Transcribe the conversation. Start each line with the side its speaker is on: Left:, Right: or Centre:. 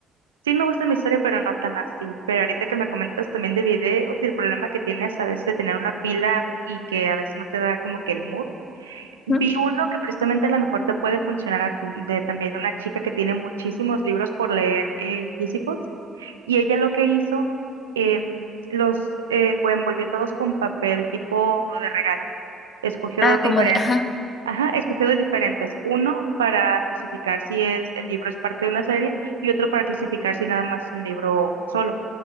Right: Sí me gusta mi historia, pero no tan así. Pero ahorita que me comentas también de videos y el problema que tienes a veces de tener una pila y que a veces no te da como que el mood. Vi
Left: ¿Mm?
Right: uno que precisamente a lo mejor te puede funcionar a ti, de también una chica que tiene muchísimos libros por leer eh, físicos y ella lo que hizo, em, los eh, bueno, envolvió todos con papel tipo de regalo. Escogió
Left: Ah,
Right: dos diferentes.
Left: como de, ajá.
Right: Ajá, escogió dos diferentes. Uno para clasificar si es el libro es parte de una serie y otro para clasificar si nada más es un libro solo.